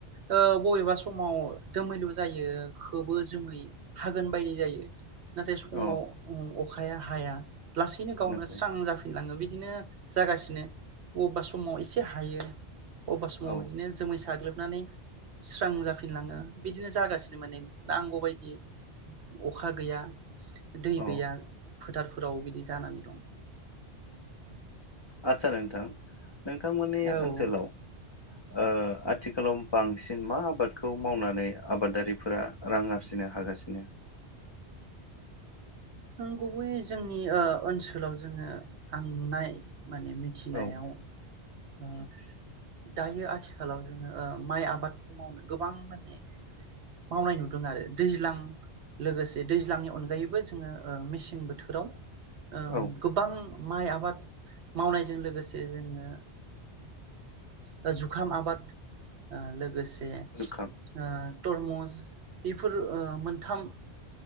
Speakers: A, on the right; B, on the left.
A: बबेबा समाव दोमैलु जायो खोबो जोमै हागोन बायदि जायो नाथाय समाव
B: अ
A: अखा अखाया हाया लासैनो गावनो
B: नंगौ
A: स्रां जाफै नाबो इदिनो जागासिनो बबेबा समाव एसे हायो बबेबा समाव
B: औ
A: बिदिनो जोमै साग्लोबनानै स्रां जाफिनलाङो। बिदिनो जागासिनो माने नांगौ बायदि अखा गैया। दै
B: औ
A: गैया। फोथारफोराव बिदि जानानै दं।
B: आत्सा नों थां नोंथांमोननि
A: औ नोंथां
B: ओनसोलाव ओ आथिखालाव बांसिन मा आबादखौ मावनानै आबादारिफोरा रां आरजिनो हागासिनो?
A: नों गुबैयै जोंनि ओ ओनसोलाव जोङो आं नुनाय माने मिथिनायाव
B: औ <unintelligible>
A: ओ दायो आथिखालाव जोङो ओ माइ आबादखौ मावनो गोबां माने मावनाय नुदों आरो दैज्लां लोगोसे दैज्लांनि अनगायैबो जोङो ओ मेसें बोथोराव दा ओम
B: औ
A: गोबां माइ आबाद मावनायजों लोगोसे जोङो ओ जुखाम आबाद ओ लोगोस जे
B: जुखाम
A: ओ तुरमुस बेफोर ओ मोनथाम